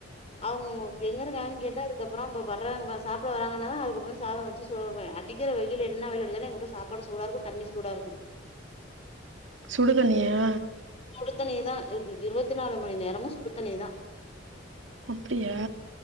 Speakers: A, on the left; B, on the right.
A: அவுங்க எங்கருக்காங்கன் கேட்டு அதுக்கப்றோ இப்ப வர்றாங்கபா சாப்ட வராங்கன்னா தா அதுக்கப்றோ சாதோ வெச்சு சோறுவே அடிக்கிற வெயில் என்ன வெயிலடிச்சாலு எங் வூட்ல சாப்பாடு சூடாருக்கு தண்ணி சூடாருக்கு
B: சுடு தண்ணியா
A: சுடுத்தண்ணி தா இருவத்தி நாலு மணி நேரமு சுடு தண்ணி தா
B: அப்டியா